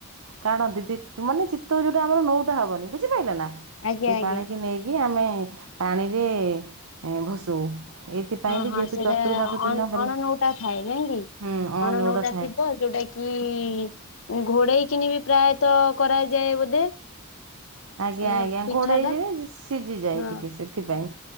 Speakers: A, on the right; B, on the left.
A: କାଢ଼ନ୍ତି ମାନେ ଚିତ ଚିତଉ ଯୋଉଟା ଆମର ନୌଟା ହବନି ବୁଝିପାରିଲ ନା
B: ଆଜ୍ଞା
A: ସେ
B: ଆଜ୍ଞା
A: ପାଣିିକି ନେଇକି କି ଆମେ ପାଣିରେ ଭସଉ ଏଇଥିପାଇଁ
B: ହଁ
A: ଯେ
B: ହଁ
A: ଯେହେତୁ
B: ସେଇଟା
A: ଚତୁର୍ମାସ ଦିନ ହେଲା
B: ଅଣ ନୌଟା ଥାଏ ନାଇକି କି
A: ହୁଁ
B: ଅଣ
A: ନେଉଟା
B: ନଉଟା
A: ଥାଏ
B: ଥିବ ଯୋଉଟା କି ଘୋଡ଼େଇ କିନି ବି ପ୍ରାୟତଃ କରାଯାଏ ବୋଧେ
A: ଆଜ୍ଞା
B: ଏ
A: ଆଜ୍ଞା
B: ପିଠାଟା
A: ଘୋଡ଼ଇ ଦିଏ ସିଝିଯାଏ
B: ହଁ
A: ଟିକେ ସେଥିପାଇଁ